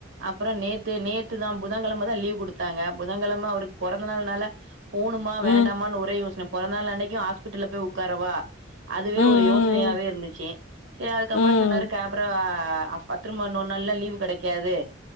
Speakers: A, on the right; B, on the left.
A: அப்புறோ நேத்து நேத்து தா புதன் கெழமதா லீவ் குடுத்தாங்க புதன் கெழமை அவருக்கு பொறந்த நாள்னால போணுமா
B: ம்
A: வேண்டாமான்னு ஒரே யோசன பொறந்த நாள் அன்னைக்கு ஹாஸ்பிட்டல்ல போய் உக்காரவா அதுவே
B: ம்
A: ஒரு யோசனையாவே இருந்துச்சு சரி அதுக்கப்புறோ
B: ம் ம்
A: சொன்னாரு கேப்ரா ஆ அப்ப திரும்ப இன்னொரு நாள்லா லீவ் கெடைக்காது